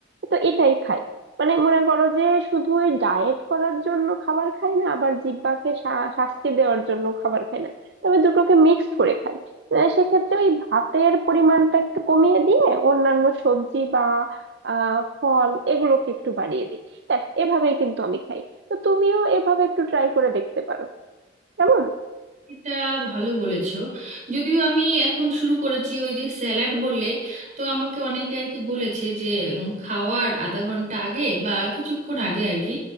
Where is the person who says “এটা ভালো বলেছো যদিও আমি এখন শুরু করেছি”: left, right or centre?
Right